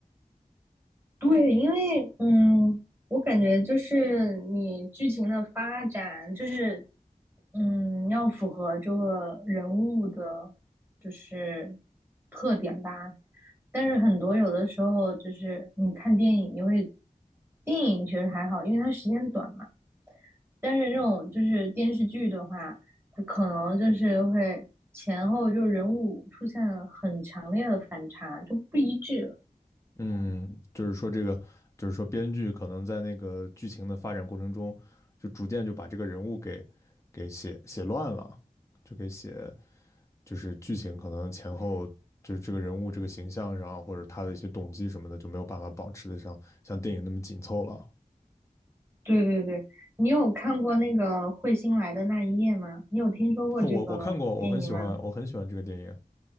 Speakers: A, on the right (about 15°); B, on the left (about 20°).
A: 对，因为嗯，我感觉就是你剧情的发展就是嗯，要符合这个人物的，就是特点吧。但是很多有的时候就是你看电影，你会电影其实还好，因为它时间短嘛。但是这种就是电视剧的话，它可能就是会前后就人物出现了很强烈的反差，就不一致了。
B: 嗯，就是说这个就是说编剧可能在那个剧情的发展过程中，就逐渐就把这个人物给给写写乱了，就给写就是剧情可能前后就是这个人物这个形象上，或者他的一些动机什么的，就没有办法保持得上像电影那么紧凑了。哦
A: 对对对，你有看过那个彗星来的那一夜吗？你有听说过这个电影吗？
B: 我我看过，我很喜欢，我很喜欢这个电影。